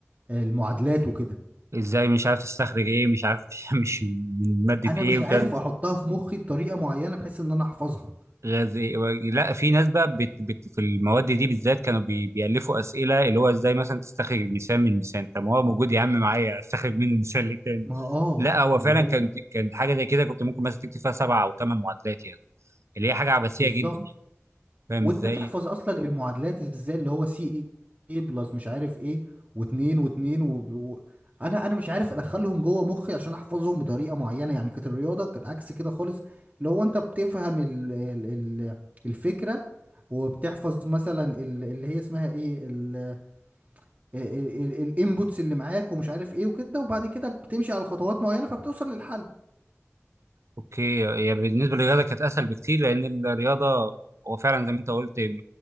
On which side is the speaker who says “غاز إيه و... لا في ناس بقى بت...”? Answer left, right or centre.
Right